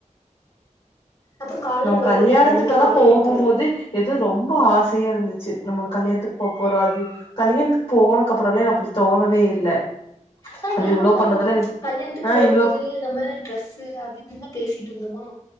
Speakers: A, on the left (about 25°); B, on the left (about 45°).
A: அப்றோ கால்ல
B: நம்ம
A: போம்போது
B: கல்யாணத்துக்கலா
A: அப்டிதா இங்க மழ
B: போகும்போது
A: இருக்காது
B: எது ரொம்ப ஆசயா இருந்துச்சு நம்ம கல்யாணத்துக்கு போ போறோ அது கல்யாணத்துக்கு போனதுக்கு அப்புறோல்லா அப்பிடி தோணவே இல்ல
A: ஆ
B: நம்ம
A: எனக்கும்
B: இவ்ளோ பண்ணதெல்லா
A: போ கல்யாணத்துக்கு
B: ஆ
A: போறம்போது
B: இவ்ளோ
A: நம்ம டிரெஸ்ஸு அது இதுன்லா பேசிட்டு வந்தோமா